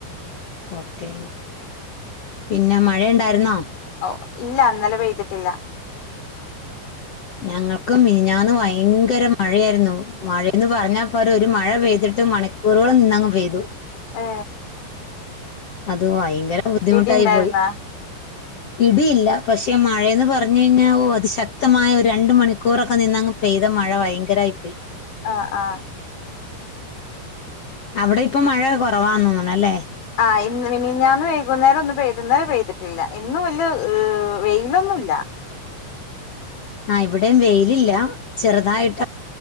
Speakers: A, on the left (about 50°); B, on the left (about 75°).
A: ഓക്കേ പിന്ന മഴെണ്ടാർന്നോ
B: ഓ ഇല്ല ഇന്നലെ പെയ്തിട്ടില്ല
A: ഞങ്ങക്കും മിനിഞ്ഞാന്ന് വയങ്കര മഴയാരുന്നു മഴയന്ന് പറഞ്ഞാപോര ഒരു മഴ പെയ്തിട്ട് മണിക്കൂറുകൾ നിന്നങ്ങ് പെയ്ദു
B: ഏ
A: അത് ഭയങ്കര ബുദ്ധിമുട്ടായി
B: ഇടി ഉണ്ടായിരുന്നാ
A: പോയി ഇടിയില്ല പക്ഷെ മഴയെന്ന് പറഞ്ഞു കഴിഞ്ഞാ വോ അത് ശക്തമായ ഒരു രണ്ട് മണിക്കൂറൊക്കെ നിന്നങ്ങ് പെയ്ത മഴ ഭയങ്കരായി പോയി
B: ആ ആ
A: അവിടെ ഇപ്പ മഴ കുറവാന്നോന്നണ് അല്ലേ
B: ആ ഇ മിനിഞാന്ന് വൈകുന്നേരം ഒന്നും പെയ്തു ഇന്നലെ പെയ്തിട്ടില്ല ഇന്നും വല്ല്യ വെയിലൊന്നുമില്ല
A: ആ ഇവിടെയും വെയിലില്ല ചെറുതായിട്ട്